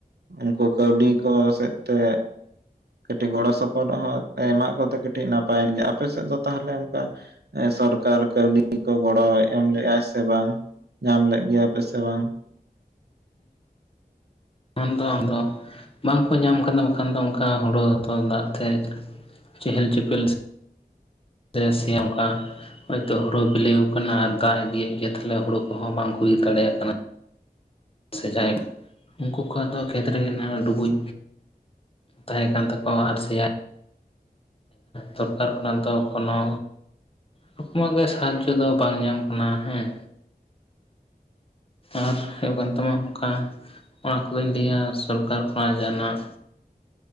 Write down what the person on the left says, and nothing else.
ᱚᱱ ᱫᱚ ᱚᱸᱫᱚ ᱵᱟᱝᱠᱚ ᱧᱟᱢ ᱟᱠᱟᱫ-ᱟ, ᱵᱟᱝᱠᱷᱟᱱ ᱫᱚ ᱚᱱᱠᱟ ᱦᱩᱲᱳᱛᱚᱞ ᱫᱟᱜ ᱛᱮ ᱪᱮᱦᱮᱞ ᱪᱮᱯᱮᱞᱥ ᱛᱮ ᱥᱮᱭᱮ ᱚᱝᱠᱟ, ᱦᱳᱭᱛᱚ ᱦᱳᱲᱳ ᱵᱤᱞᱤᱣ ᱠᱟᱱᱟ ᱟᱨ ᱫᱟᱜ ᱤᱫᱤᱭᱮᱜ ᱜᱮᱭᱟ, ᱛᱟᱦᱞᱮ ᱦᱳᱲᱳ ᱠᱚᱦᱚᱸ ᱵᱟᱝ ᱠᱚ ᱤᱨ ᱫᱟᱲᱮᱭᱟᱜ ᱠᱟᱱᱟ᱾ ᱥᱮ ᱡᱟᱦᱟᱭ ᱩᱝᱠᱩ ᱠᱚᱣᱟᱜ ᱫᱚ ᱠᱷᱮᱛ ᱨᱮᱜᱮ ᱱᱟᱦᱟᱜ ᱰᱩᱵᱩᱡ ᱛᱟᱦᱮ ᱠᱟᱱ ᱛᱟᱠᱚᱣᱟ ᱟᱨ ᱥᱮᱭᱟ ᱛᱚᱠ ᱠᱟᱨ ᱵᱟᱠᱷᱟᱱ ᱛᱚ ᱠᱳᱱᱳ ᱠᱳᱠᱢᱳ ᱫᱚ ᱥᱟᱦᱟᱡᱡᱳ ᱫᱚ ᱵᱟᱝ ᱧᱟᱢ ᱠᱟᱱᱟ ᱦᱮᱸ ᱟᱨ ᱦᱩᱭᱩᱜ ᱠᱟᱱ ᱛᱟᱢᱟ ᱚᱝᱠᱟ ᱚᱱᱟ ᱠᱚᱜᱤᱧ ᱞᱟᱹᱭᱟ ᱥᱚᱨᱠᱟᱨ ᱠᱷᱚᱱᱟᱜ ᱡᱟᱦᱟᱱᱟᱜ